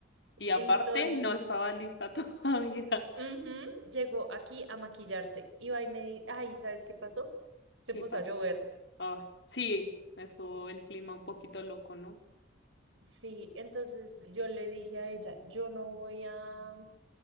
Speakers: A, on the left; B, on the right.
A: Y aparte,
B: Entonces,
A: no estaba lista <laughs> todavía.
B: ujú, llegó aquí a maquillarse. Iba y me di, ay, ¿sabes qué pasó? Se
A: ¿Qué
B: puso
A: pasó?
B: a llover.
A: Ah, sí, eso, el clima un poquito loco, ¿no?
B: Sí, entonces yo le dije a ella, yo no voy a